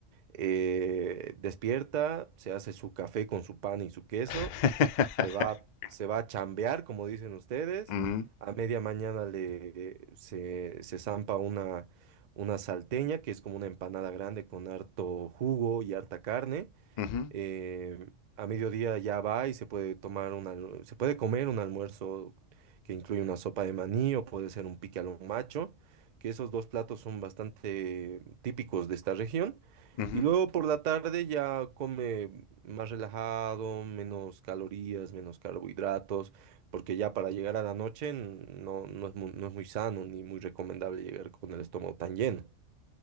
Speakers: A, on the right (about 60°); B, on the left (about 70°).
A: Eh, despierta, se hace su café con su pan y su queso
B: <laughs>
A: se va, se va a chambear, como dicen ustedes.
B: Ujú,
A: A media mañana le, se, se zampa una, una salteña, que es como una empanada grande con harto jugo y harta carne
B: ujú,
A: eh, a mediodía ya va y se puede tomar un almu- se puede comer un almuerzo que incluye una sopa de maní o puede ser un pique al macho, que esos dos platos son bastante típicos de esta región.
B: ujú.
A: Y luego por la tarde ya come más relajado, menos calorías, menos carbohidratos, porque ya para llegar a la noche n- no, no es muy, no es muy sano ni muy recomendable llegar con el estómago tan lleno.